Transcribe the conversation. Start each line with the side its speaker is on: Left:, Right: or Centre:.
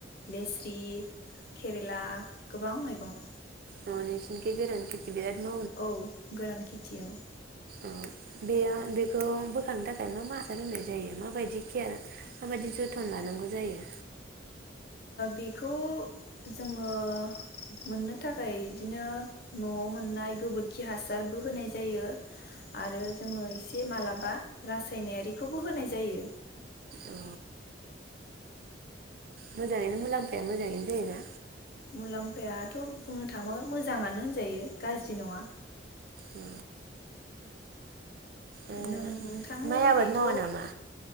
Left: लेस्रि केरेला गोबां मैगं
Right: अ नोंसिनि गेजेरावनो खेथि बिराद माव
Left: औ गोरान खेथियाव औ
Right: औ बे बेखौ बोखांनो थाखाय मा मा हासार होनाय जायो माबायदि केयार माबायदि जोथोन लानांगौ जायो?
Left: बेखौ जोङो मोननो थाखाय बिदिनो न'आव मोननाय गोबोरखि हासारबो होनाय जायो आरो जोङो एसे मालाबा रासायनारिखौबो होनाय जायो।
Right: अ मोजाङैनो मुलाम्फाया मोजाङैनो जायोना
Left: मुलाम्फायाथ' बुंनो थाङोबा मोजाङानो होनजायो गाज्रि नङा।
Right: अ ओ
Left: नोंथांमोननिखैथ'
Right: माइ आबाद मावा नामा